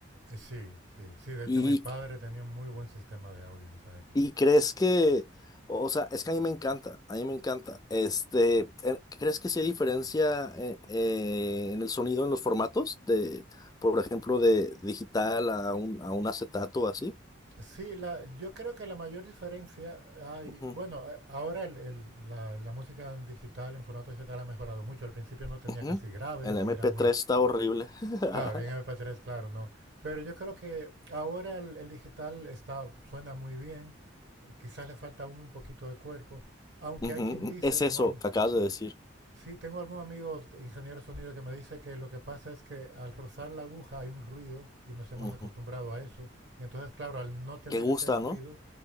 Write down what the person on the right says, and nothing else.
Eh, sí, sí, sí. De hecho,
mi padre tenía un muy buen sistema de audio en esa época.
Sí, la- yo creo que la mayor diferencia hay,
bueno, a- ahora el- el- la, la música en digital, en formato digital ha mejorado mucho. Al principio no tenía
casi graves
y era muy,
claro, y en mp tres, claro, no. Pero yo creo que ahora el, el digital está, suena muy bien, eh, quizás le falta aún un poquito de cuerpo, aunque
hay quien dice,
tengo
algún,
Sí, tengo algún amigo ingeniero de sonido que me dice que lo que pasa es que al rozar la aguja hay un ruido y nos hemos
acostumbrado a eso. Y entonces, claro, al no tener
ese ruido,